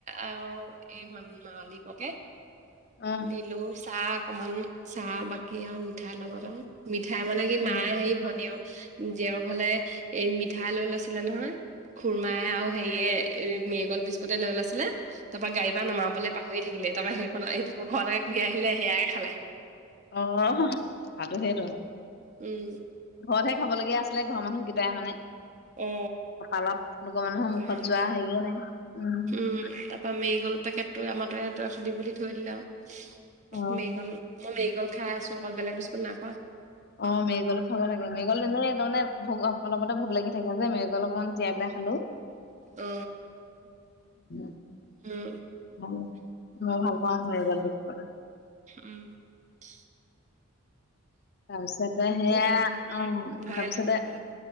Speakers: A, on the right; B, on the left.
A: আৰু এই মাম মালিককে।
B: অ
A: দিলো চাহ অকমান চাহ বাকী আৰু মিঠাই লগত আৰু মিঠাই মানে কি মায়ে
B: অ
A: সেই ভনীয়েক এ এ এ জীয়েকৰ ঘৰলে এ এ এ এই মিঠাই লৈ লৈছিলে নহয়। খুৰমাই আৰু হেৰিয়ে এ মেৰিগল বিস্কুট লৈ লৈছিলে তাৰ পৰা গাড়ী পৰা নমাবলৈ পাহৰি থাকিলে। তাৰপৰা সেই ফালৰ এই ঘৰলৈকে ঘূৰি আহিলে সেয়াইে খালে।
B: অ অ অ অহ অহ কথাটো সেইটো।
A: উম উ উ।
B: ঘৰতহে খাবলগীয়া আছিলে ঘৰৰ মানুহকেইটাই মানে
A: অ
B: কপালত নোহোৱা মানুহৰ
A: ঘৰৰ
B: মুখত
A: মানুহকেইটাই
B: যোৱা হেৰিয়ে নাই উম উ উ।
A: উম উ উ, তাৰ পৰা মেৰিগল পেকেটটো আমাৰটোৱে তই খাবি বুলি থৈ দিলে আৰু ইহ্
B: অ
A: হি মেৰিগল। মই মেৰিগল খাই আছো অকল বেলেগ বিস্কুট নাই খোৱা।
B: অ মেৰিগল খাব লাগে মেৰিগল এনে তাৰমানে ভোক অ অলপতে ভোক লাগি থাকে যে মেৰিগল অকমান তিয়াই পেলাই খালো।
A: অ
B: <unintelligible>
A: উম
B: খালো অ, মই ভাল পাওঁ মেৰিগল বিস্কুট।
A: হু উম ছি ই ই।
B: তাৰপিছতে সেয়া
A: নাই খোৱা
B: অ উ উ
A: ভয়ে
B: তাৰপিছতে
A: লাগে খাবলৈ